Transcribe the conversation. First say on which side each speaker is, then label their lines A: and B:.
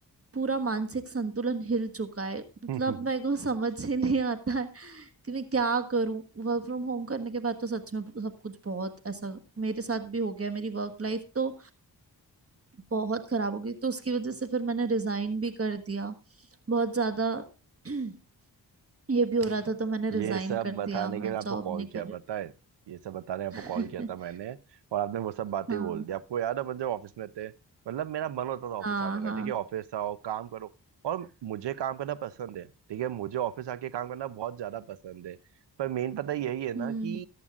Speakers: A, on the right (about 35°); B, on the right (about 90°).
A: पूरा मानसिक संतुलन हिल चुका है मतलब
B: <laughs>
A: मेरे को समझ ही नहीं आता है कि मैं क्या करूं वर्क फ्रॉम होम करने के बाद तो सच में सब कुछ बहुत ऐसा मेरे साथ भी हो गया मेरी वर्क लाइफ तो बहुत खराब हो गई तो उसकी वजह से फिर मैंने रिजाइन भी कर दिया बहुत ज्यादा <clears throat> ये भी हो रहा था तो मैंने रिजाइन
B: ये सब
A: कर
B: बताने
A: दिया मैं
B: के लिए आपको
A: जॉब
B: कॉल
A: नहीं
B: किया
A: कर
B: पता है ये सब बताने आपको
A: रही
B: कॉल किया था
A: <laughs>
B: मैंने और आपने वो सब बातें
A: हाँ
B: बोल दी आपको याद है अपन जब ऑफिस में थे मतलब मेरा मन होता था ऑफिस
A: हाँ
B: आने का
A: हाँ
B: ठीक है ऑफिस आओ काम करो और मुझे काम करना पसंद है ठीक है मुझे ऑफिस आके काम करना बहुत ज्यादा पसंद है पर मेन पता यही है ना
A: हम्म
B: कि